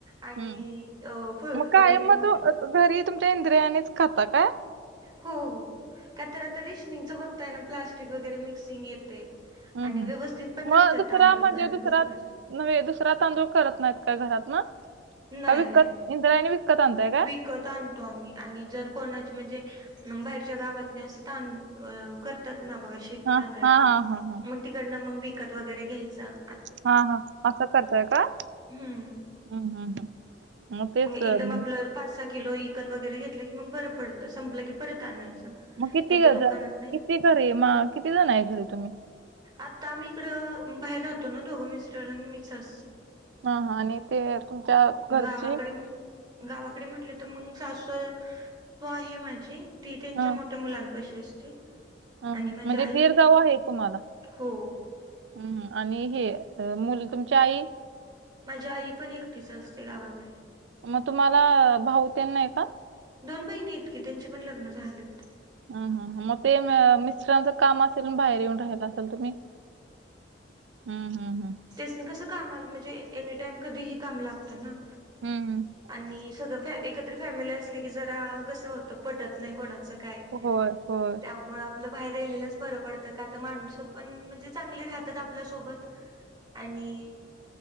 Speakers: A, on the right; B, on the right.
A: आणि
B: हम्म.
A: फळफळीत
B: मग कायम मग
A: पण होतो.
B: तो घरी तुमच्या इंद्रियानेच खाता काय?
A: हो हो काय तर आता रिशनिंगच बघताय ना प्लास्टिक वगैरे मिक्सिंग येतेय.
B: हम्म
A: आणि
B: हम्म.
A: व्यवस्थित पण
B: मग
A: नसतात
B: दुसरा
A: तांदूळ
B: म्हणजे
A: घाण
B: दुसरा
A: भरपूर असते.
B: नव्हे दुसरा तांदूळ करत नाहीत काय घरात मग
A: नाही
B: का विकत
A: नाही.
B: इंद्रायणी विकत आणताय काय?
A: विकत आणतो आम्ही आणि जर कोणाची म्हणजे मग बाहेरच्या गावात असंत करतात ना बघा शेती
B: हा
A: तांदळाची
B: हा हा हा हा
A: मग तिकडनं मग विकत वगैरे घ्यायचं.
B: हा हा असं करतोय का
A: हम्म.
B: हम्म हम्म् मग तेच मग
A: एकदम आपलं पाच सहा किलो इकत वगैरे घेतलं की मग बर पडतं संपलं की परत आणायचं.
B: मग किती
A: नाही तर दुकानात
B: जण
A: नाही
B: किती घरी मग किती जण आहे घरी तुम्ही?
A: आता मी इकडं बाहेर राहतो ना दोघं मिस्टर आणि मिसेस.
B: हा हा आणि ते तुमच्या घरचे?
A: गावाकडे म्ह- गावाकडे म्हटलं तर मग सासू त आहे माझी. ती त्यांच्या
B: हम्म
A: मोठ्या मुलांपाशी असते.
B: हम्म
A: आणि
B: हम्म
A: माझी
B: म्हणजे
A: आई
B: गीरगाव आहे तुम्हाला.
A: हो
B: हम्म आणि हे मुलं तुमच्या आई
A: माझ्या आई पण एकटीच असते गावाकडे.
B: मग तुम्हाला भाऊ तेन नाही का?
A: दोन बहिणी आहेत की त्यांची पण लग्न झालंत.
B: हम हम मग ते म मिस्टरांचं काम असेल म्हणुन बाहेर येऊन राहायला असेल तुम्ही. हम्म हम् हम्.
A: तेस्नी कसं काम आलं म्हणजे एनी टाइम कधीही काम लागतं ना.
B: हम्म हम्म.
A: आणि सगळं फँ एकत्र फॅमिली असली की जरा कसं होतं पटत नाही कोणाचं. काय
B: होय होय
A: त्यामुळे आपलं बाहेर राहिलेलंच बरं पडतं का तर माणसं पण म्हणजे चांगली राहतात आपल्यासोबत. आणि